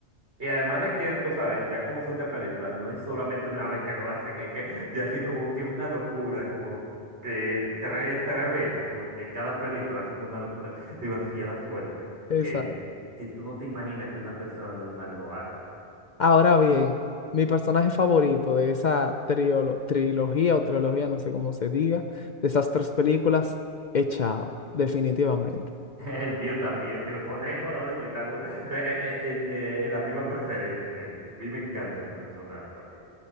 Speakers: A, on the right; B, on the left.
A: Y además de que, tú sabes, ya como son ya películas, no es solamente una vez que lo hacen, es que ya hacen como que una locura, como que tres, tres veces, como que cada película hacen una locura demasiado fuerte,
B: Exacto.
A: que, que tú no te imaginas que una persona normal lo haga.
B: Ahora bien, mi personaje favorito de esa triolo- trilogía o trilogía, no sé cómo se diga, de esas tres películas, es Chao, definitivamente.
A: <laughs> El mío también, si lo ponemos, oye, estamos eh, eh, eh, en, eh, en la misma preferencia. y A mí me encanta ese personaje también.